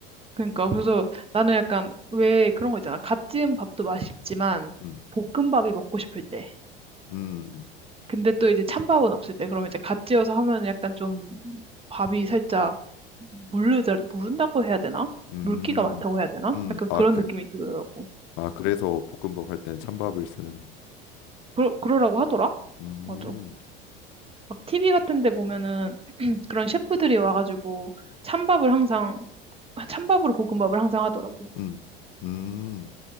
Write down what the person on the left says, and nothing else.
음,
음,
음,
음.
아,
그,
아, 그래서 볶음밥 할 때는 찬밥을 쓰는.
음,
음, 음.